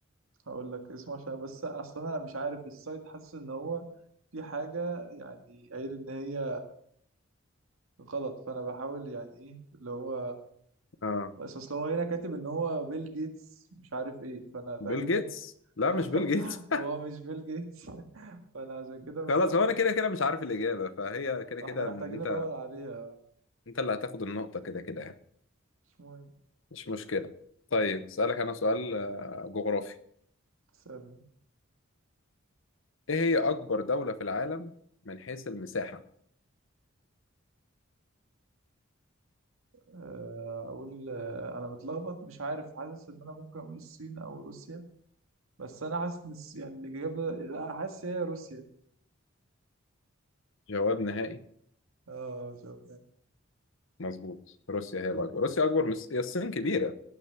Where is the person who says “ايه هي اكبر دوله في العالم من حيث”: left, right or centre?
Left